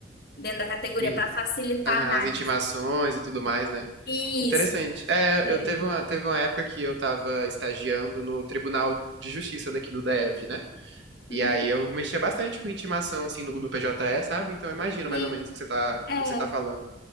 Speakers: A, on the left (about 60°); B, on the right (about 85°).
A: dentro da categoria
B: Tipo, in-
A: para facilitar
B: aham,
A: a análise.
B: as intimações e tudo mais, né?
A: Isso.
B: Interessante. É,
A: É.
B: eu teve uma, teve uma época que eu estava estagiando no Tribunal de Justiça daqui do DF, né? E
A: Uhum.
B: aí eu mexia bastante com intimação, assim, no, no PJE, sabe? Então eu imagino mais
A: E,
B: ou menos o que você tá,
A: é,
B: o que você tá falando.